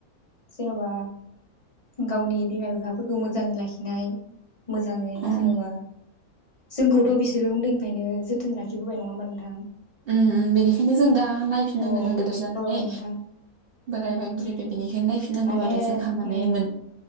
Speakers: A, on the left; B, on the right.
A: जेनेबा गावनि बिमा बिफाफोरखौ मोजाङै लाखिनाय। मोजाङै
B: उम
A: जेनेबा। जोंखौथ' बिसोरो उन्दैनिफ्रायनो जोथोन लाखिबोबाय नङा होमबा नोंथां।
B: उम उम बेनिखायनो जों दा। नायफिनां
A: अ
B: गोदा गोदोर जानानै।
A: औ नोंथां
B: बोरायबाय बुरैबाय। बेनिखायनो नायफिननांगौ
A: माने
B: आरो जोंहा माने
A: उम
B: मोन